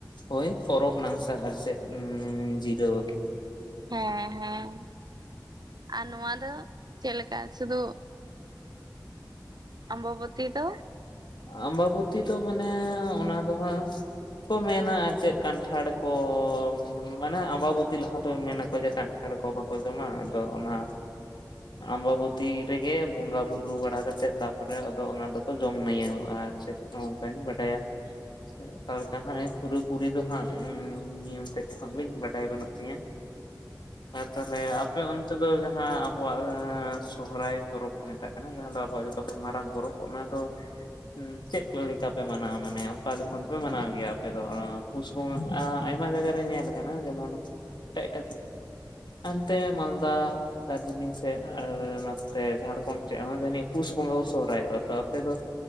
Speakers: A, on the left; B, on the right.
A: ᱦᱳᱭ ᱯᱚᱨᱚᱵᱽ ᱱᱟᱝᱥᱟ ᱟᱨ ᱪᱮᱫ ᱩᱸᱻ ᱡᱤᱨᱟᱣ <inaudible>
B: ᱦᱮᱸ ᱦᱮᱸ ᱟᱨ ᱱᱚᱣᱟ ᱫᱚ ᱪᱮᱫ ᱞᱮᱠᱟ ᱥᱩᱫᱷᱩ, ᱚᱢᱵᱚᱵᱚᱛᱤ ᱫᱚ?
A: ᱟᱢᱵᱟᱵᱚᱛᱤ ᱫᱚ ᱢᱟᱱᱮ ᱚᱱᱟ ᱫᱚ ᱦᱟᱸᱜ ᱠᱚ ᱢᱮᱱᱟ ᱟᱨ ᱪᱮᱫ ᱠᱟᱱᱴᱷᱟᱲ ᱠᱚ, ᱢᱟᱱᱮ ᱟᱢᱵᱟᱵᱚᱛᱤ ᱞᱟᱦᱟ ᱫᱚ ᱢᱮᱱᱟ ᱠᱚ ᱡᱮ ᱠᱟᱱᱴᱷᱟᱲ ᱠᱚ ᱵᱟᱠᱚ ᱡᱚᱢᱟ, ᱟᱫᱚ ᱚᱱᱟ ᱟᱢᱵᱟᱵᱚᱛᱤ ᱨᱮᱜᱮ ᱵᱚᱸᱜᱟ ᱵᱩᱨᱩ ᱵᱟᱲᱟ ᱠᱟᱛᱮᱜ ᱛᱟ -ᱯᱚᱨᱮ ᱟᱫᱚ ᱚᱱᱟ ᱫᱚᱠᱚ ᱡᱚᱢ <unintelligible> ᱟᱨ ᱪᱮᱫ, ᱱᱚᱣᱟ ᱠᱚᱧ ᱵᱟᱰᱟᱭᱟ᱾ ᱥᱮ ᱚᱠᱟ ᱞᱮᱠᱟ <unintelligible> ᱯᱩᱨᱟᱹ ᱯᱩᱨᱤ ᱫᱚ ᱦᱟᱸᱜ ᱱᱤᱭᱚᱢ ᱛᱮᱫ ᱫᱚᱦᱟᱸᱜ ᱵᱟᱹᱧ ᱵᱟᱰᱟᱭ ᱵᱟᱹᱱᱩᱜ ᱛᱤᱧᱟᱹ᱾ ᱦᱮᱸ ᱛᱟᱦᱞᱮ ᱟᱯᱮ ᱚᱱᱛᱮ ᱫᱚ ᱡᱟᱦᱟᱸ ᱟᱢ ᱟᱵᱚᱣᱟᱜ ᱫᱚ ᱡᱟᱦᱟᱸ ᱥᱚᱦᱚᱨᱟᱭ ᱯᱚᱨᱚᱵᱽ ᱠᱚ ᱢᱮᱛᱟᱜ ᱠᱟᱱᱟ ᱡᱟᱦᱟᱸ ᱫᱚ ᱟᱵᱚᱣᱟᱜ ᱡᱚᱛᱚ ᱠᱷᱚᱱ ᱢᱟᱨᱟᱝ ᱯᱚᱨᱚᱵᱽ᱾ ᱚᱱᱟ ᱫᱚ ᱩᱸ ᱪᱮᱫ ᱠᱚ ᱞᱮᱠᱟ ᱯᱮ ᱢᱟᱱᱟᱣᱟ ᱢᱟᱱᱮ ᱚᱠᱟ ᱡᱚᱠᱷᱚᱱ ᱫᱚ ᱯᱮ ᱢᱟᱱᱟᱣ ᱜᱮᱭᱟ ᱟᱯᱮ ᱫᱚ, ᱯᱩᱥ ᱵᱚᱸᱜᱟ ᱟᱸ, ᱟᱭᱢᱟ ᱡᱟᱭᱜᱟ ᱨᱮ ᱧᱮᱞ ᱟᱠᱟᱱᱟ ᱡᱮᱢᱚᱱ ᱮᱴᱟᱜ ᱮᱴᱟᱜ ᱦᱟᱱᱛᱮ ᱢᱟᱞᱫᱟ ᱫᱟᱨᱡᱤᱞᱤᱝ ᱥᱮᱫ, ᱟᱨ ᱱᱟᱛᱮ ᱡᱷᱟᱲᱠᱷᱚᱸᱰ ᱥᱮᱜ ᱦᱚᱸ ᱡᱟᱹᱱᱤᱡ ᱯᱩᱥ ᱵᱚᱸᱜᱚ ᱠᱚ ᱥᱚᱦᱚᱨᱟᱭᱚᱜᱼᱟ, ᱛᱚ ᱟᱯᱮ ᱫᱚ